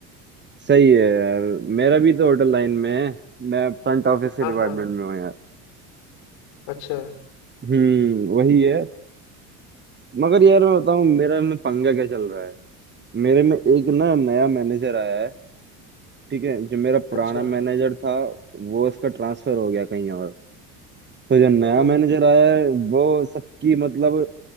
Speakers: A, on the right (about 25°); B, on the left (about 75°).
A: सही है यार मेरा भी तो होटल लाइन में है मैं फ्रंट ऑफिस के
B: हाँ
A: डिपार्टमेंट
B: हाँ
A: में हूँ यार
B: अच्छा
A: हम्म वही है मगर यार मैं बताऊँ मेरा में पंगा क्या चल रहा है मेरे में एक ना नया मैनेजर आया है ठीक है जो मेरा पुराना
B: अच्छा
A: मैनेजर था वो इसका ट्रांसफर हो गया कहीं और तो जो नया
B: हम्म
A: मैनेजर आया है वो सबकी मतलब